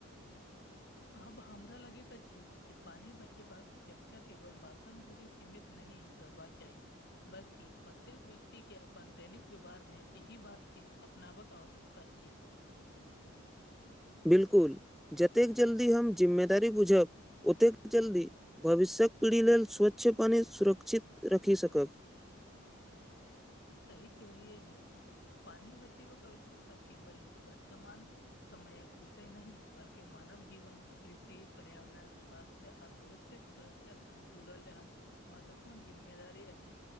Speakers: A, on the left (about 50°); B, in the centre.
A: आब हमरा लगैत अछि जे पानि बचेबाकऽ चर्चा केवल बासन धरि सीमित। नहि रहबक चाही। बल्कि प्रत्येक व्यक्ति के अपन दैनिक व्यवहार मे एहि बात के अपना के आवश्यकता अछि।
B: बिल्कूल जतेक जल्दी हम जिम्मेदारी बुझब ओतेक जल्दी भविष्यक पीढ़ी लेलऽ स्वच्छ पानि सुरक्षित रखि सकब।
A: सही कहलियए जी पानी बची आवश्यकता केवल वर्तमान समय कऽ विषय नहि बल्कि मानव जीवन कृषि पर्यावरण स्वास्थ्य आ भविष्यक सुर्ष जुड़ल। महत्वपूर्ण जिम्मेदारी अछि